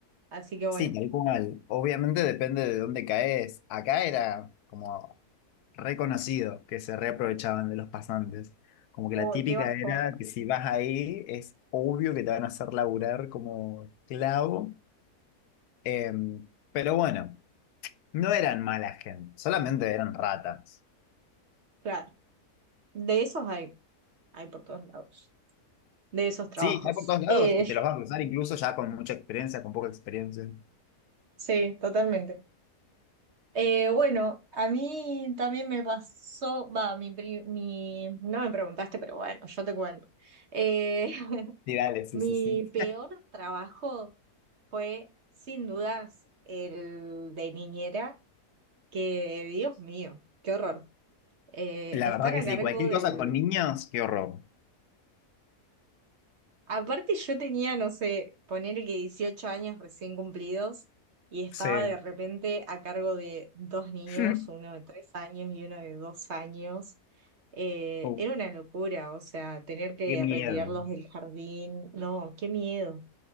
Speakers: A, on the right; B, on the left.
A: Así que bueno,
B: sí, tal cual. Obviamente depende de dónde caes. Acá era como reconocido que se reaprovechaban de los pasantes. Como que
A: oh,
B: la típica
A: qué bajón.
B: era que si vas ahí es obvio que te van a hacer laburar como esclavo. Em, pero bueno, no eran mala gente, solamente eran ratas.
A: Claro, de esos hay, hay por todos lados, de esos trabajos.
B: Sí, hay por todos lados
A: Eh,
B: y te los vas a cruzar incluso ya con mucha experiencia, con poca experiencia.
A: <laughs> sí, totalmente. Eh, bueno, a mí también me pasó, va, mi, pri- mi, no me preguntaste, pero bueno, yo te cuento. Eh, <laughs>
B: Sí, dale, sí,
A: mi
B: sí, sí.
A: peor trabajo fue, sin dudas, el de niñera, que, Dios mío, qué horror. Eh,
B: La
A: estar
B: verdad que
A: a
B: sí,
A: cargo
B: cualquier
A: del
B: cosa con niños, qué horror.
A: Aparte yo tenía, no sé, ponerle que 18 años recién cumplidos y estaba
B: Sí.
A: de repente a cargo de dos niños,
B: <laughs>
A: uno de tres años y uno de dos años. Eh,
B: Oh,
A: era una locura, o sea, tener que
B: qué miedo.
A: retirarlos del jardín, no, qué miedo.